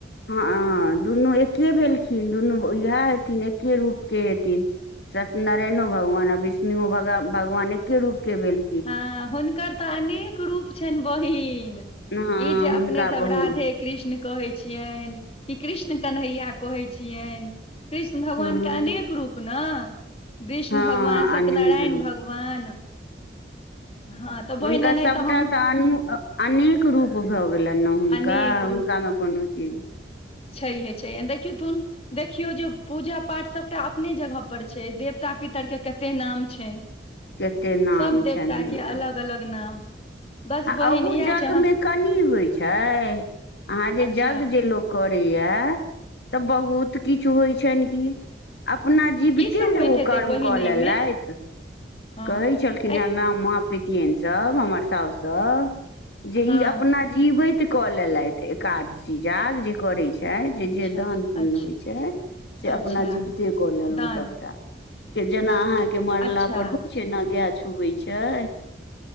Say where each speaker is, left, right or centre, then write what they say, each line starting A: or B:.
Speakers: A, on the left; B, on the left.
A: हँ दुनू एके भेलखिन दुनू इएह हेथिन एके रूपके हेथिन सत्य नारायणो भगवान आ विष्णुग भगवान एके रूप के भेल
B: हँ हुनकर तऽ अनेक रूप छैन बहिन
A: हँ
B: ई जे अपने
A: हुनका
B: सब
A: बहुत
B: राधे कृष्ण कहै छियैन कि कृष्ण कन्हैया कहै छियैन कृष्ण भगवानके
A: हँ
B: अनेक रूप नऽ विष्णु
A: हँ
B: भगवान सत्यनारायण
A: अनेक रूप
B: भगवान भगवान हँ तऽ बहिन
A: हुनका
B: एनाहिते
A: सभटा
B: हम
A: तऽ अनु अनेक रूप भऽ गेलैन नऽ हुनका
B: अनेक
A: तामे कनहु चीज
B: छहये छहये अ देखथुन देखियौ जे पूजा पाठ सभटा अपने जगह पर छै देवता पितरके कते नाम छनि
A: केते नाम
B: सब देवता
A: छनि हुनका
B: के अलग अलग नाम बस बहिन
A: अहु
B: इएह
A: जज्ञ
B: छै अहाँ
A: मे कनि होइ छै अहाँ जे
B: अच्छा
A: जज्ञ जे लोक करैया तऽ बहुत किछु होइ छनि की अपना जीबिते
B: तऽ की सब
A: ने
B: होइत
A: ओ
B: हेतै
A: कर्म
B: बहिन
A: कऽ
B: एहिमे
A: लेलथि
B: हँ
A: कहै छलख
B: ऐ
A: माँ पतिियन सब हमर साउ सब जे
B: हँ
A: ई अपना जीवैत कऽ लेलथि एकादशी जाग जे करे छै छै जे
B: अच्छा
A: जे दान पुण्य
B: अच्छा
A: होइ छै से
B: अच्छा
A: अपना जीवते कऽ लेलहुँ
B: दान
A: सभटा के जेना आहाँ के मरला
B: अच्छा
A: पर होइ छै ने गाय छुवै छै